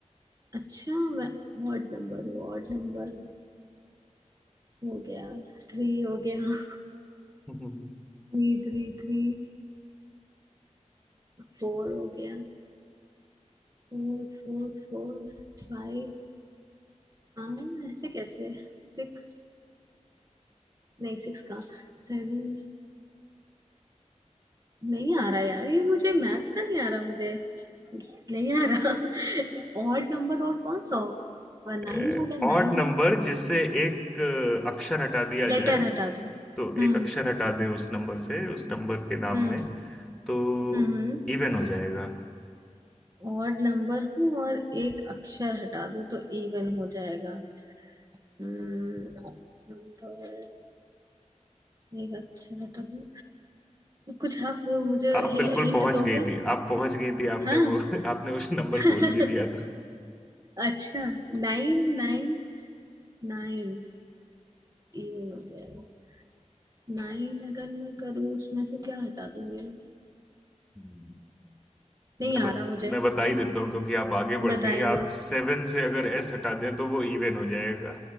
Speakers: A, on the right (about 30°); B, in the centre.
A: अच्छा मैं ऑड नंबर हूँ ऑड नंबर हो गया थ्री हो गया
B: हम्म।
A: Three three three फोर हो गया Four four four फाइव हाँ ऐसे कैसे सिक्स नहीं सिक्स कहाँ सेवन नहीं आ रहा यार ये मुझे मैथ्स का नहीं आ रहा मुझे नहीं आ रहा <laughs> ऑड नंबर और कौन सा होगा
B: <laughs>
A: नाइन हो गया
B: ऑड
A: नाइन
B: नंबर जिससे एक अ, अक्षर हटा दिया
A: लेटर
B: जाए
A: हटा दो
B: तो
A: हम्म
B: एक अक्षर हटा दे उस नंबर से उस नंबर के नाम
A: हम्म
B: में तो
A: हम्म
B: इवन हो जाएगा
A: ऑड नंबर हूँ और एक अक्षर हटा दो तो इवन हो जाएगा हम्म नंबर एक अक्षर हटा दो कुछ आप वो मुझे
B: आप बिल्कुल
A: हिंट
B: पहुंच
A: दोगे
B: गई थी आप पहुंच गई थी आपने
A: हाँ
B: वो <laughs> आपने उस नंबर
A: <laughs>
B: बोल भी दिया
A: अच्छा Nine nine नाइन इवन हो जाएगा नाइन अगर मैं करूँ उसमें से क्या हटा दूंगी
B: था
A: नहीं
B: मैं
A: आ
B: बत,
A: रहा मुझे
B: मैं बता ही देता हूँ क्योंकि आप आगे
A: बताएगा
B: बढ़ गई आप सेवन से अगर एस हटा दें तो वो इवन हो जाएगा